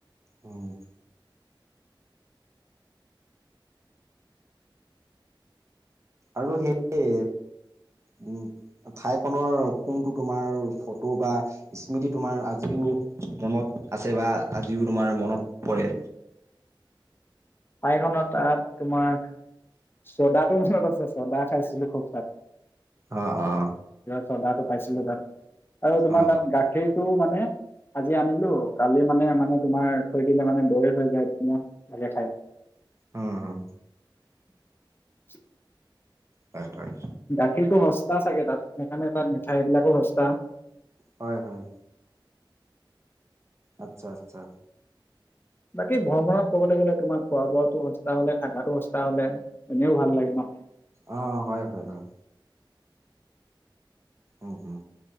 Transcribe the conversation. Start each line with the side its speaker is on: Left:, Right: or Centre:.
Right: উম। আৰু সেই, উম। ঠাইখনৰ কোনটো তোমাৰ ফটো বা স্মৃতি তোমাৰ আজিও মনত আছে বা আজিও তোমাৰ মনত পৰে।
Left: ঠাইখনত তাত তোমাৰ চ'দাটো মনত আছে, চৌদা খাইছিলো খুব তাত।
Right: অ' অ'।
Left: চ'দাটো পাইছিলো তাত আৰু তোমাৰ
Right: অ
Left: তাত গাখীৰটো মানে আজি আনিলো কালি মানে, মানে তোমাৰ থৈ দিলে মানে দৈ হৈ যায়। ধুনীয়া লাগে খাই।
Right: উম, হুম।
Left: <unintelligible>
Right: হয় হয়।
Left: গাখীৰটো সস্তা চাগে তাত, সেইকাৰণে তাত মিঠাইবিলাকো সস্তা।
Right: হয় হয়। আচ্ছা আচ্ছা।
Left: বাকী ভ্ৰমণত ক'বলে গ'লে তোমাৰ খোৱা-বোৱাটো সস্তা হ'লে, থাকাটো সস্তা হ'লে, এনেও ভাল লাগে ন?
Right: অ হয় হয় হয়। উম হুম।